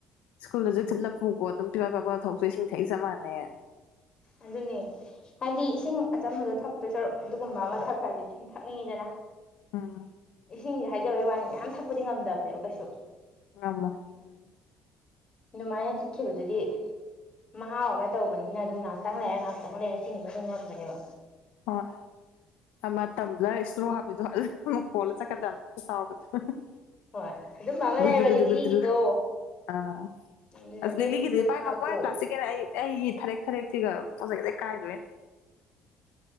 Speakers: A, on the left; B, on the left.
A: ꯁ꯭ꯀꯨꯜꯗꯁꯨ ꯊꯤꯠꯂ ꯄꯨꯀꯣ ꯑꯗꯨꯝ ꯇꯤꯕꯥ ꯄꯥꯄꯗ ꯊ ꯊꯣꯛꯆ ꯏꯁꯤꯡ ꯊꯛꯏ ꯆꯞ ꯃꯥꯟꯅꯩ
B: ꯑꯗꯨꯅꯦ ꯍꯥꯏꯗꯤ ꯏꯁꯤꯡ ꯑꯆꯝꯕꯗꯣ ꯊꯛꯇꯣꯏ ꯁꯔꯨꯛ ꯑꯗꯨꯒꯨꯝꯕ ꯑꯃ ꯊꯛ ꯈ꯭ꯔꯗꯤ ꯁꯨꯝ ꯊꯛꯅꯤꯡꯉꯤꯗꯅ
A: ꯑꯥ
B: ꯏꯁꯤꯡꯁꯦ ꯍꯥꯏꯖꯕꯩ ꯋꯥꯅꯤ ꯃꯌꯥꯝ ꯊꯛꯄꯗꯤ ꯉꯝꯗꯕꯅꯦꯕ ꯀꯩꯁꯨ
A: ꯑꯃꯕ ꯎꯝ
B: ꯏ ꯃꯥꯅ ꯊꯤꯈꯤꯕꯦꯕꯗꯨꯗꯤ ꯃꯍꯥꯎ ꯑꯃ ꯇꯧꯕꯅꯤꯅ ꯑꯗꯨꯝ ꯉꯥꯏꯍꯥꯛꯇꯪ ꯂꯥꯛꯔꯑꯦ ꯉꯥꯏꯍꯥꯛꯇꯪ ꯂꯩꯔꯦ ꯆꯤꯡꯕ ꯑꯗꯨꯝ ꯉꯝꯕꯅꯦꯕ
A: ꯍꯣꯏ ꯃꯇꯝꯗ ꯏꯁꯇ꯭ꯔꯣ ꯍꯥꯞꯄꯤꯗꯣ ꯑꯃꯨꯛ ꯀꯣꯜꯂ ꯆꯠꯀꯗꯝꯕꯅꯤ <unintelligible>
B: ꯍꯣꯏ ꯑꯗꯨꯝꯕ ꯑꯃ ꯂꯩꯔꯣ ꯂꯤꯛꯂꯤꯒꯤꯗꯣ ꯑꯗꯨꯅ
A: ꯑꯁ
B: ꯕꯦꯒꯇꯨꯗ
A: ꯂꯒꯗ
B: ꯑꯗꯨꯝ
A: ꯄꯥꯏ
B: ꯍꯥꯞꯄꯣ
A: ꯉ ꯃꯣꯏ ꯄ꯭ꯂꯥꯁꯁꯤ ꯑꯩꯒꯤ ꯊꯥꯔꯦꯛ ꯊꯔꯦꯛꯁꯤꯒ ꯄꯣꯖꯩꯁꯦ ꯀꯥꯏꯗꯣꯏꯅꯦ